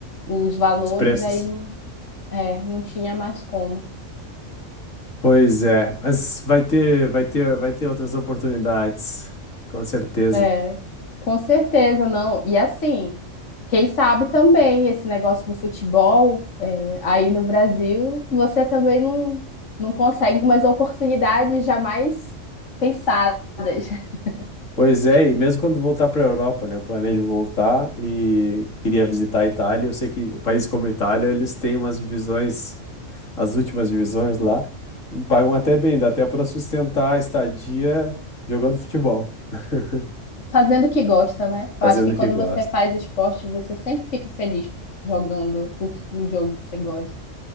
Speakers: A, on the left; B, on the left.
A: os valores,
B: os preços.
A: aí não, é, não tinha mais como.
B: Pois é, mas vai ter, vai ter, vai ter outras oportunidades, com certeza.
A: É, com certeza, não. E assim, quem sabe também esse negócio do futebol, é, aí no Brasil, você também não, não consegue umas oportunidades jamais pensadas, <laughs>
B: Pois é, e mesmo quando voltar para a Europa, né? Eu planejo voltar e queria visitar a Itália. Eu sei que países como a Itália, eles têm umas divisões, as últimas divisões lá, e pagam até bem, dá até para sustentar a estadia jogando futebol, <laughs>
A: fazendo o que gosta, né?
B: fazendo
A: Eu acho que
B: o
A: quando
B: que gosta.
A: você faz esporte, você sempre fica feliz jogando o, o jogo que você gosta.